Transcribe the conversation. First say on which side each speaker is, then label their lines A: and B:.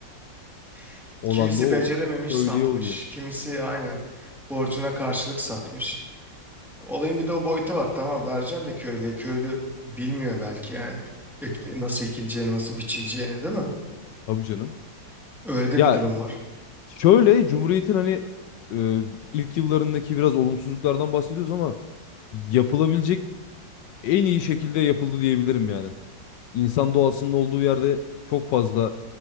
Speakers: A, on the left; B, in the centre.
A: <laughs>
B: <laughs>
A: Olan
B: Kimisi
A: da o
B: becerememiş
A: köylüye
B: satmış,
A: oluyor.
B: kimisi aynen borcuna karşılık satmış. Olayın bir de o boyutu var tamam vereceksin de köylüye köylü bilmiyor belki yani ek- nasıl ekileceğini nasıl biçileceğini değil mi?
A: Tabii canım.
B: Öyle de
A: Ya
B: bir durum var.
A: şöyle Cumhuriyet'in hani e, ilk yıllarındaki biraz olumsuzluklardan bahsediyoruz ama yapılabilecek en iyi şekilde yapıldı diyebilirim yani. İnsan doğasının olduğu yerde çok fazla